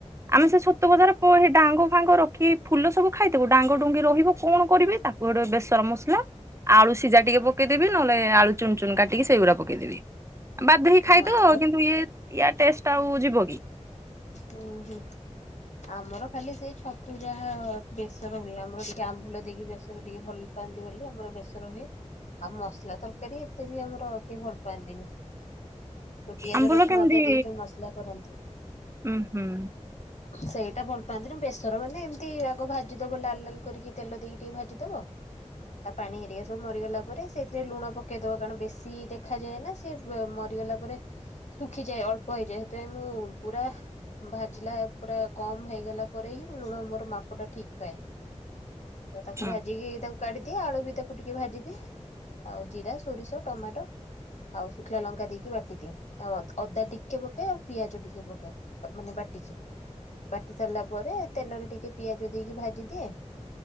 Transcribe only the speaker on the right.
ଆମେ ସେ ଛତୁ ଭଜାର କୌଣସି ଡାଙ୍ଗ ଫାଙ୍ଗ ର କି ଫୁଲ ସବୁ ଖାଇଥବୁ ଡାଙ୍ଗଡୁଙ୍ଗି ରହିବ କଣ କରିବି ତାକୁ ଗୋଟେ ବେସର ମସଲା ଆଳୁ ସିଝା ଟିକେ ପକେଇଦେବି ନହଲେ ଆଳୁ ଚୁନ ଚୁନ କାଟିକି ସେଗୁରା ପକେଇଦେବି। ବାଧ୍ୟ ହୋଇ ଖାଇଦବ
କିନ୍ତୁ ଇଏ ଏୟା ଟେଷ୍ଟ ଆଉ ଯିବ କି?
ଆମ୍ବୁଲ
କେମିତି
ଉଁ ହୁଁ।
ହୁଁ